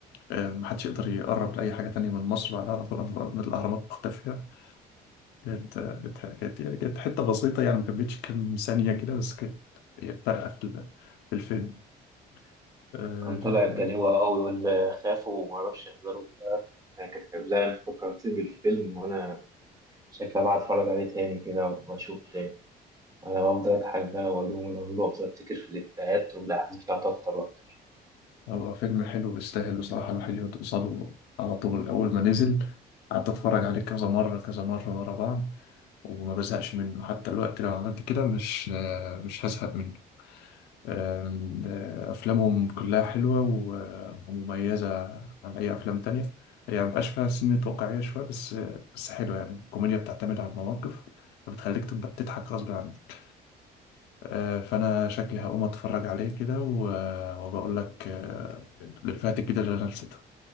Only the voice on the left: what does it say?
آه، محدش يقدر يقرب لأي حاجة تانية من مصر بعدها على طول أهرامات مختفية كانت كانت كانت كانت حتة بسيطة يعني ما كملتش كام ثانية كده بس كانت هي فارقة في ال- في الفيلم آه،
ال-
هو فيلم حلو بيستاهل بصراحة الواحد يقعد قصاده على طول أول ما نزل قعدت أتفرج عليه كذا مرة كذا مرة ورا بعض وما بزهقش منه حتى الوقت لو عملت كده مش آه، مش هزهق منه آم، آه، أفلامهم كلها حلوة و- ومميزة عن أي أفلام تانية هي يعني مبقاش فيها سنة واقعية شوية بس بس حلوة يعني الكوميديا بتعتمد على المواقف فبتخليك تبقى تضحك غصب عنك آه، فأنا شكلي هقوم أتفرج عليه كده و- وبقول لك آه، الإفيهات الجديدة اللي أنا نسيتها